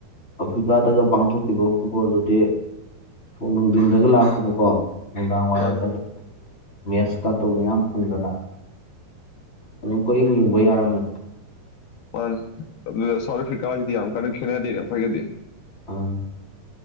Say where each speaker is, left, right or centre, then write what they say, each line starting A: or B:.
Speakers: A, on the left; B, on the left.
A: ꯑꯐ꯭ꯔꯤꯀꯥꯗꯒ ꯄꯥꯡꯊꯣꯛꯈꯤꯕ ꯐꯨꯠꯕꯣꯜꯗꯨꯗꯤ ꯅꯨꯡꯊꯤꯟꯗꯒ ꯂꯥꯛꯇꯅꯀꯣ ꯗꯥ ꯋꯥꯔꯛꯇ
B: ꯃꯥꯅꯦ
A: ꯃꯦꯠꯁ ꯀꯥꯇꯣ ꯃꯌꯥꯝ ꯐꯪꯗꯅ ꯑꯗꯨꯝ ꯀꯌꯦꯡ ꯌꯦꯡꯕ ꯌꯥꯔꯝꯃꯦ
B: ꯃꯥꯅꯦ ꯑꯗꯨꯗ ꯁꯥꯎꯠ ꯑꯐ꯭ꯔꯤꯀꯥꯁꯤꯗꯤ ꯌꯥꯝ ꯀꯟꯅ ꯈꯦꯠꯅꯗꯦ ꯌꯥꯝ ꯐꯒꯗꯦ
A: ꯑꯣ